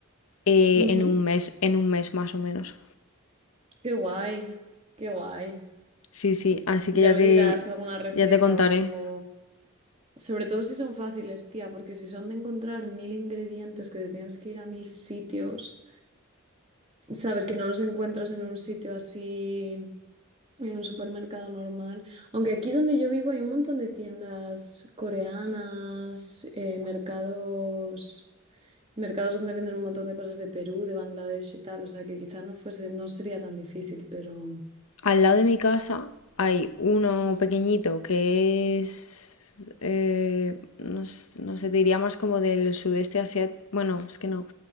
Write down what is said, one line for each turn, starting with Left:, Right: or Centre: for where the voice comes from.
Left: eh,
Right: ujú.
Left: en un mes, en un mes más o menos.
Right: Qué guay, qué guay.
Left: Sí, sí, así
Right: Ya
Left: que ya
Right: me
Left: te,
Right: dirás alguna receta
Left: ya te contaré.
Right: o algo. Sobre todo si son fáciles, tía, porque si son de encontrar mil ingredientes que te tienes que ir a mil sitios, sabes que no los encuentras en un sitio así, en un supermercado normal. Aunque aquí donde yo vivo hay un montón de tiendas coreanas, eh, mercados, mercados donde venden un montón de cosas de Perú, de Bangladesh y tal. O sea que quizá no fuese, no sería tan difícil, pero.
Left: Al lado de mi casa hay uno pequeñito que es, eh, no, s- no sé, te diría más como del sudeste asiático, bueno, es que no, o